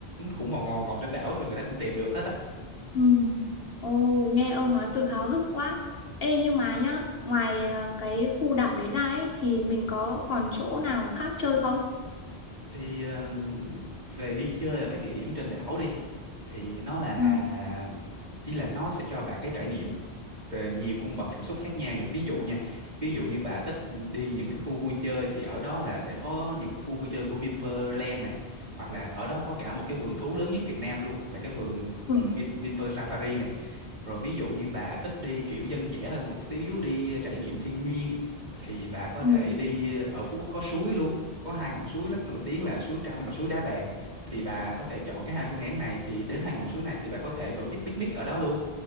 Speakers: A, on the right; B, on the left.
A: cũng vòng vòng vòng trên đảo thôi người ta cũng tìm được hết á
B: Ừ. Ồ, nghe ông nói tôi háo hức quá. Ê, nhưng mà nhá, ngoài ờ, cái khu đảo đấy ra ấy thì mình có còn chỗ nào khác chơi không?
A: thì ờm, về đi chơi ở các địa điểm trên đảo đi thì nó là
B: Ừ.
A: ý là nó sẽ cho bà cái trải nghiệm tờ- nhiều cung bậc cảm xúc khác nhau rồi ví dụ nha ví dụ như bà thích đi đi những cái khu vui chơi thì ở đó là sẽ có những khu vui chơi của Vinpearl này hoặc là ở đó có cả một cái vườn thú lớn nhất Việt Nam luôn là cái vườn
B: Ừ.
A: ừ, Vin, Vinpearl Safari này rồi ví dụ như bà thích đi kiểu dân dã hơn một xíu đi trải nghiệm thiên nhiên thì bà có
B: Ừ.
A: thể đi ở Phú Quốc có suối luôn có hai ngọn suối rất nổi tiếng là suối Tranh và suối Đá Bàn thì bà có thể chọn cái hai phương án này thì đến hai ngọn suối này thì bà có thể tổ chức picnic ở đó luôn